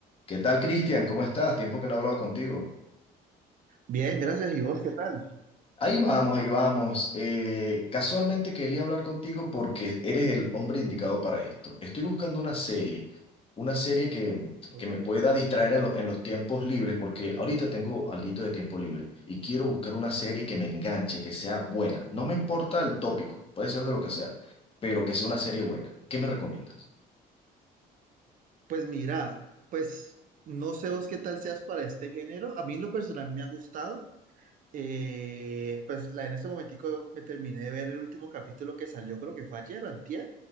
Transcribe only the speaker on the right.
Bien, gracias. ¿Y vos qué tal?
Ok.
Pues mira, pues no sé vos qué tal seas para este género. A mí en lo personal me ha gustado. Eh, pues la, en este momentico me terminé de ver el último capítulo que salió, creo que fue ayer o antier.